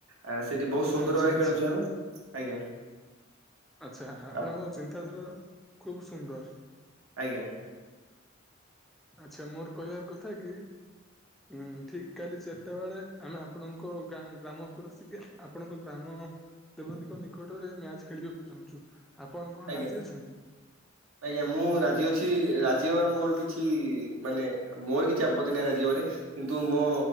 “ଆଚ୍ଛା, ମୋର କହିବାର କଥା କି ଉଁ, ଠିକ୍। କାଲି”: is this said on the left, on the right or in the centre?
Centre